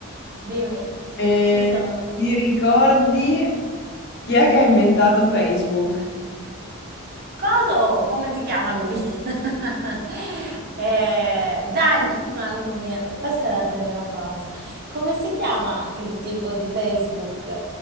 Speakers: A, on the right; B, on the left.
A: Dimmi,
B: E
A: ci sono.
B: ti ricordi chi è che ha inventato Facebook?
A: Coso, come si chiama lui? <laughs> Eh, dai, no, <laughs> mamma mia, questa è la premenopausa. Come si chiama il tipo di Facebook?